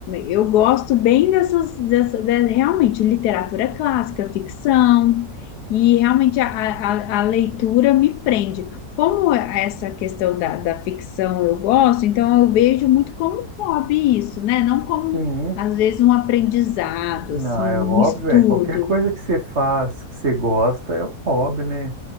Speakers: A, on the left; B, on the right.
A: eu gosto bem dessas, dessa, de- realmente, literatura clássica, ficção, e realmente a, a a- a leitura me prende. Como é essa questão da, da ficção eu gosto, então eu vejo muito como um hobby isso, né? Não como,
B: sim.
A: às vezes, um aprendizado,
B: Não,
A: assim,
B: é
A: um
B: óbvio,
A: estudo.
B: é. Qualquer coisa que você faz, que você gosta, é um hobby, né?